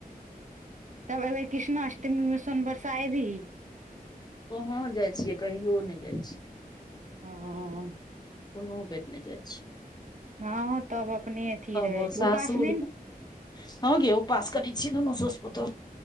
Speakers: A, on the right; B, on the left.
A: तब अयबेर कृष्णाष्टमीमे सोन बरसा एबही
B: कहाँ जाय छियै कहियो नहि जाय छियै
A: ह
B: कोनो बेेर नहि जा छियै
A: हाँ तब अपने अथी
B: तब
A: रहै
B: ओ सासुर
A: उपास नहि ने
B: हँ गे उपास करै छी दुनू साउस पूतौह